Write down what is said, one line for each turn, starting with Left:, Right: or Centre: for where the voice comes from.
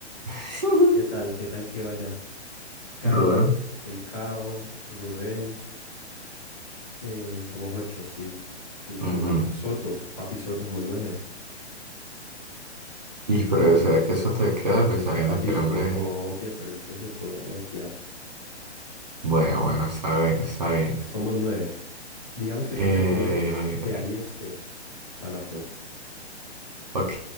Right: <laughs>
Left: ¿Qué tal? ¿Qué tal que vaya? Carlos,
Right: Rubén.
Left: El Cao, Rubén, eh, somos ocho, sí. Sí, me,
Right: Ujú.
Left: me fal- Soto, Papi Soto, somos nueve.
Right: Y pero ¿será que eso te queda? Pues sabiendo
Left: Papi
Right: que el
Left: Soto
Right: hombre...
Left: copia por el socio copia.
Right: Bueno, bueno, está bien, está bien.
Left: Somos nueve. Digamos que
Right: Eh,
Left: toca poner de a diez p para la torta.
Right: ok,